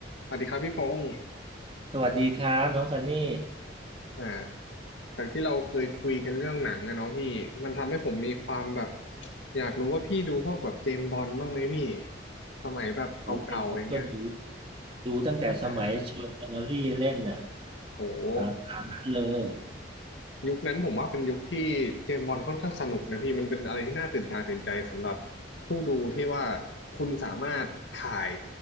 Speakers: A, on the left (about 75°); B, on the right (about 30°).
A: สวัสดีครับพี่พงศ์
B: สวัสดีครับน้องซันนี่
A: อ่าจากที่เราเคยคุยกันเรื่องหนังอะเนาะพี่ มันทำให้ผมมีความแบบ อยากรู้ว่าพี่ดูพวกแบบเจมส์บอนด์บ้างไหมพี่ สมัยแบบเก่าๆอย่างเงี้ย
B: โอ้เอ็มอสก็ดูดูตั้งแต่สมัยชวนแอนอรี่เล่นน่ะ
A: อ่าโห
B: ตามตามนั้นเลย
A: ยุคนั้นผมว่าเป็นยุคที่เจมส์บอนด์ค่อนข้างสนุกนะพี่ มันเป็นอะไรที่น่าตื่นตาตื่นใจสำหรับผู้ดูที่ว่าคุณสามารถถ่าย